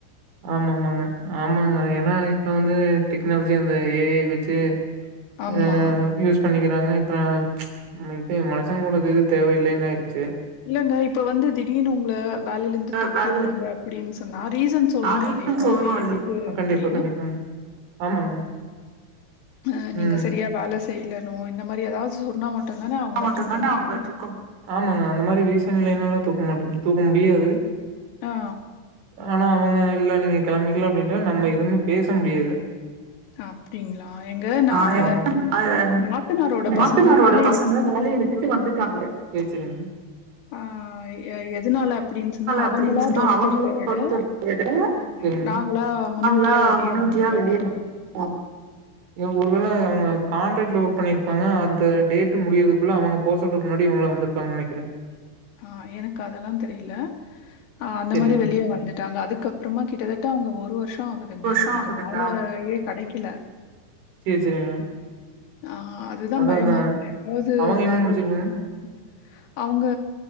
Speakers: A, on the right; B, on the left.
A: ஆமா ஆமாங்க ஆமாங்க ஏன்னா இப்ப வந்து டெக்னாலஜி அந்த ஏ ஐ வெச்சு இப்ப
B: ஆமா.
A: யூஸ் பண்ணிக்கிறாங்க இப்ப இப்ப மனுசங்களோட இது தேவையில்லைன் ஆயிருச்சு
B: இல்லங்க இப்ப வந்து திடீர்னு உங்க வேலைலிருந்து
A: அ
B: தூக்கிட்றாங்க
A: வேலைல
B: அப்டின் சொன்னா ரீசன் சொ தோணு
A: யாரையு
B: இல்லயா
A: சொல்லணு இல்லையா
B: எதுக்கு
A: கண்டிப்பா
B: அப்டின்னு
A: கண்டிப்பாங்க ஆமாங்க
B: அ நீங்க
A: ம்
B: செரியா வேல செய்லனு இந்த மாரி ஏதாவது சொன்னா மட் ட்டுதான அவங்கள
A: மட்டுந்தான
B: தூக்க முடியு
A: அவுங்கள தூக்க முடியு ஆமாங்க அந்த மாரி ரீசன் இல்லேனால்லா தூக்க மாட்டேங் தூக்க முடியாது
B: ஆ.
A: ஆனா அவங்க இல்ல நீங்க கெளம்பிக்லா அப்டின்டா நம்ப எதுமே பேச முடியாது
B: அ அப்டிங்ளா எங்க நா
A: ஆ எங்க
B: எங் நாத்தனாரோட
A: நாத்தனாரோட
B: பசங்க வேலைக்
A: பசங்க வேலைய விட்டுட்டு வந்துட்டாங்க எதனால
B: ஆ எ எதனால அப்படின்னு சொன்னா,
A: அப்டின்
B: அவங்களா
A: சொன்னா
B: தொரத்துறத
A: அவங்கள
B: விட,
A: பொறுத்த வரைக்கு
B: அ நாங்களா முன்னூட்டியா
A: ஆனா
B: வெளிய
A: முன்னூட்டியா
B: வந்துட்டோம்.
A: வெளியேற அ இவுங்க ஒருவேள அவங்க காண்ட்ராக்ட்ல ஒர்க் பண்ணிருப்பாங்க அந்த டேட் ட்டு முடியறதுக்குள்ள அவங்க போ சொல்றக் முன்னாடி இவங்களா வந்திருப்பாங்க நெனைக்கிற
B: ஆ எனக்கு அதெல்லா தெரியில ஆ அந்த
A: செரிங்க
B: மாரி வெளிய வந்து ட்டாங்க அதுக்கப்புறமா கிட்டதட்ட அவங்க ஒரு வருஷ ஆகுதுங்க
A: வருஷோ
B: அவுங்குளுக்கு
A: ஆகுதுங்க
B: வேலையே கெடைக்கில
A: சேர் சேரிங்க
B: ஆ அதுதா
A: அதா
B: பயமா
A: அதா
B: இருக்கு ஏதாவது
A: அவங்க என்ன
B: வேலய
A: முடிச்சிருக்காங்க
B: <inaudible> அவங்க